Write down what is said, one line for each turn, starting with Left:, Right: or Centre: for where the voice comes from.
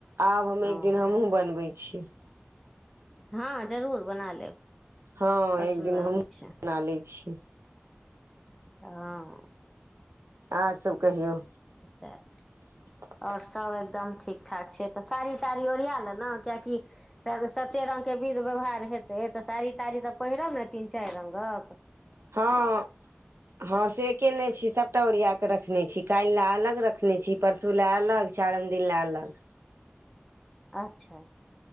Right: आब हम
Centre: हँ
Right: एक दिन हमहुँ बनबै छी
Centre: हँ जरूर बना लेब!
Right: हँ
Centre: बड़
Right: एक
Centre: सुन्दर
Right: दिन हमहूँ
Centre: होइ छै
Right: बना लैत छिय
Centre: हँ
Right: आर सब कहियौ
Centre: अछा अछा
Right: <inaudible>
Centre: आओर सब एकदम ठीक ठाक छै तऽ साड़ी ताड़ी ओरिया ले ने कियकि तऽ तते रंगगके विध व्यवहार हेतै तऽ साड़ी ताड़ी तऽ पहिरब ने तीन चारि रंगक
Right: हँ हँ से केयने छी सभटा ओरिया क रखने छी कैल लए अलग रखने छी परसू ला अलग चारम दिनला अलग
Centre: अच्छा